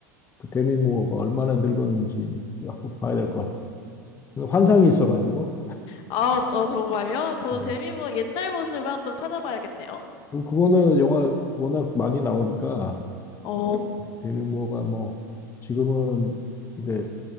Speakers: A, on the left (about 25°); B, on the left (about 55°).
A: 그 데미 무어가 얼마나 늙었는지 한번 봐야 될 것 같아. 요 환상이 있어가지고.
B: 아, 어, 정말요? 저
A: 예.
B: 데미모 옛날 모습을 한번 찾아봐야겠네요.
A: 그리고 그거는 영화 워낙 많이 나오니까
B: 어.
A: 데미 무어가 뭐 지금은 이제